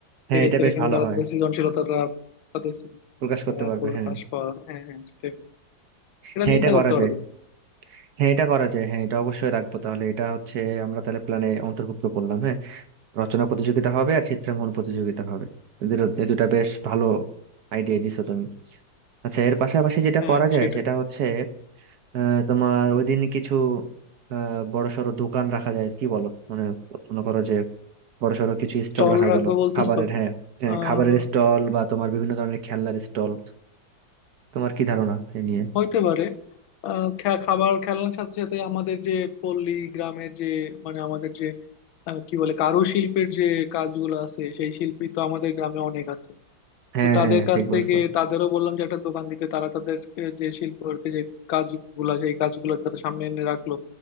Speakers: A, on the right (about 60°); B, on the left (about 85°).
A: হ্যাঁ
B: সেক্ষেত্রে
A: এটা বেশ
B: কিন্তু
A: ভালো
B: তারা
A: হয়
B: তাদের সৃজনশীলতাটা তাদের সৃজনশীলতা
A: প্রকাশ করতে পারবে
B: প্রকাশ
A: হ্যাঁ
B: পাওয়া হ্যাঁ হ্যাঁ সেটাই এটা
A: হ্যাঁ
B: চিন্তা
A: এটা
B: করতে
A: করা
B: পারো
A: যায়
B: তুমি
A: হ্যাঁ এটা করা যায় হ্যাঁ এটা অবশ্যই রাখবো তাহলে এটা হচ্ছে আমরা তাহলে প্ল্যানে অন্তর্ভুক্ত করলাম হ্যাঁ রচনা প্রতিযোগিতা হবে আর চিত্রাঙ্কন প্রতিযোগিতা হবে এদের এই দুটা বেশ ভালো আইডিয়া দিছো তুমি আচ্ছা এর পাশাপাশি যেটা
B: হ্যাঁ
A: করা যায়
B: সেটাই
A: সেটা হচ্ছে আহ, তোমার ওই দিন কিছু আহ বড়সড় দোকান রাখা যায় কি বলো মানে মনে করো যে বড়সড় কিছু স্টল
B: স্টল
A: রাখা
B: রাখবো
A: গেল
B: বলতেছো
A: খাবারের হ্যাঁ হ্যাঁ,
B: আহ
A: খাবারের স্টল বা তোমার বিভিন্ন ধরনের খেলনার স্টল তোমার কি ধারণা এ নিয়ে
B: হইতে পারে আহ খা- খাবার খেলার সাথে সাথে আমাদের যে পল্লী গ্রামের যে মানে আমাদের যে আহ, কি বলে কারুশিল্পের যে কাজগুলো আছে সেই শিল্পী তো আমাদের গ্রামে অনেক আছে
A: হ্যাঁ
B: তো তাদের
A: হ্যাঁ
B: কাছ
A: ঠিক বলছো
B: থেকে তাদেরও বললাম যে একটা দোকান দিতে তারা তাদেরকে যে শিল্পের যে কাজগুলা সেই কাজগুলো তারা সামনে এনে রাখলো